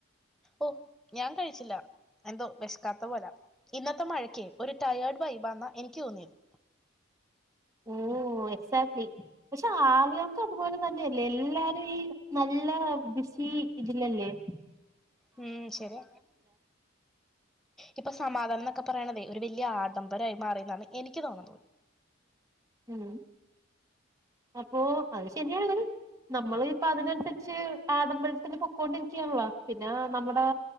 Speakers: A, in the centre; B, on the right.
A: ഓ് ഞാൻ കഴിച്ചില്ല എന്തോ വിശക്കാത്ത പോലെ ഇന്നത്തെ മഴക്ക് ഒരു ടയേർഡ് വൈബാന്ന എനിക്ക് തോന്നിയത്
B: ഓ എക്സാക്ട്ലി പക്ഷെ ആളുകൾക്ക അതുപോലെ തന്നെയല്ലേ എല്ലാരും ഈ നല്ല ബിസി ഇതില്ലല്ലേ
A: ഉം ശരി ഇപ്പൊ സമാധാന ക്കെ പറയണതേ ഒരു വലിയ ആഡംബരമായി മാറിന്നാണ് എനിക്ക് തോന്നുന്നത്
B: ഉ അപ്പോ അത് ശരിയാണ് നമ്മള് ഇപ്പ അതിനനുസരിച്ച് അതിനനുസരിച്ച് പൊക്കോണ്ടിരിക്കയാണല്ലാ പിന്നെ നമ്മുടെ